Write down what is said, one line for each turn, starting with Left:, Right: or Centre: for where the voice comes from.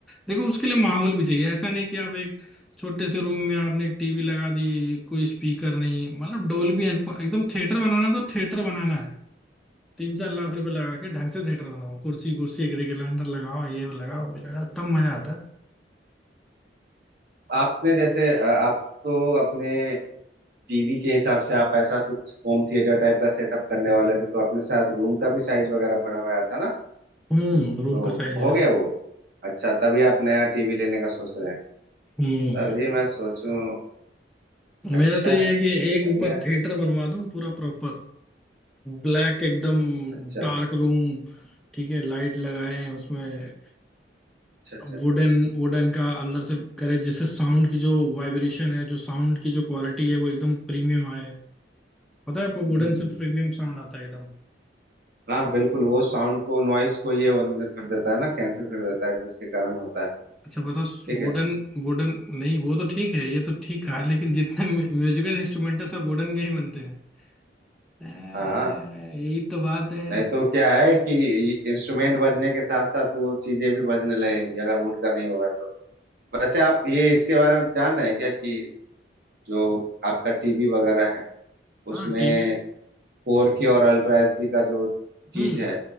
Centre: देखो उसके लिए माहौल भी चाहिए ऐसा नहीं कि आप एक छोटे से रूम में आपने एक टीवी लगा दी कोई स्पीकर नहीं मतलब डोल्बी एटमॉस एकदम थिएटर बनाना तो थिएटर बनाना है तीन चार लाख रुपए लगा के ढंग से थिएटर बनाओ कुर्सी कुर्सी एक रेगुलेटर लगाओ ये लगाओ वो लगाओ तब मजा आता है
Right: आपने जैसे अ, आप तो अपने टीवी के हिसाब से आप ऐसा कुछ होम थिएटर टाइप का सेटअप करने वाले थे तो अपने साथ रूम का भी साइज वगैरह बढ़वाया था ना
Centre: हम्म रूम
Right: तो
Centre: का साइज है
Right: हो गया वो अच्छा तभी आप नया टीवी लेने का सोच रहे हैं
Centre: हम्म
Right: तभी मैं सोचूं
Centre: मेरा
Right: अच्छा
Centre: तो ये
Right: है
Centre: है कि एक
Right: बढ़िया
Centre: ऊपर थिएटर बनवा दूं पूरा प्रॉपर ब्लैक एकदम
Right: अच्छा
Centre: डार्क रूम ठीक है लाइट लगाए हैं उसमें
Right: अच्छा अच्छा
Centre: वुडन वुडन का अंदर से करे जैसे साउंड की जो वाइब्रेशन है जो साउंड की जो क्वालिटी है वो एकदम प्रीमियम आए पता है आपको
Right: हम्म
Centre: वुडन
Right: हम्म,
Centre: से
Right: हम्म।
Centre: प्रीमियम साउंड आता है एकदम
Right: हाँ बिल्कुल वो साउंड को नॉइस को ये on कर देता है ना कैंसिल कर देता है जिसके कारण होता है
Centre: अच्छा बताओ
Right: ठीक
Centre: वुडन
Right: है
Centre: वुडन नहीं वो तो ठीक है ये तो ठीक कहा लेकिन जितने म्यूजिकल इंस्ट्रूमेंट है सब वुडन के ही बनते हैं ए,
Right: हाँ
Centre: यही तो बात है
Right: नहीं तो क्या है कि इंस्ट्रूमेंट बजने के साथ साथ वो चीजें भी बजने लगेंगी अगर वुड का नहीं होगा तो वैसे आप ये इसके बारे में जान रहे हैं क्या कि जो आपका टीवी वगैरह है
Centre: हाँ
Right: उसमें
Centre: टीवी
Right: फोर के और अल्ट्रा एचडी का जो चीज
Centre: हम्म
Right: है